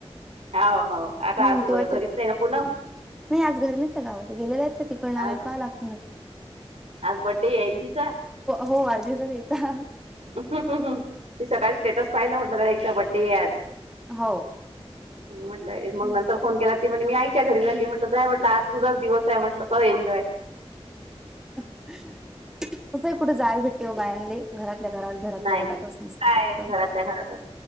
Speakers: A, on the right (about 85°); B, in the centre.
A: आव हो, आता
B: हम्म
A: आज भरीत
B: तेव्हाच
A: नाही ना पुनम?
B: नाही आज घर नाही गावात, गेलेले त्या तिकडन आल्यावर
A: आज
B: पाहा लागत ना आता.
A: आज बड्डे हेय ना तिचा?
B: हो वाढदिवस हाय <unintelligible>
A: मी सकाळी स्टेटस पाहिलं म्हटलं हिचा बड्डेय आज
B: हो
A: म्हटलं मग
B: हम्म.
A: नंतर फोन केला, ती म्हणे मी आईच्या घरी चाली म्हटलं जाय म्हटलं आज तुझाच दिवसाय म्हटलं. कर एन्जॉय
B: तसं ही कुठे जयाला भेटते बायांले लई, घरातल्या घरात घरातल्या
A: नाही
B: घरातच अस नुसतं
A: काय
B: फक्त,
A: घरातल्या घरातच.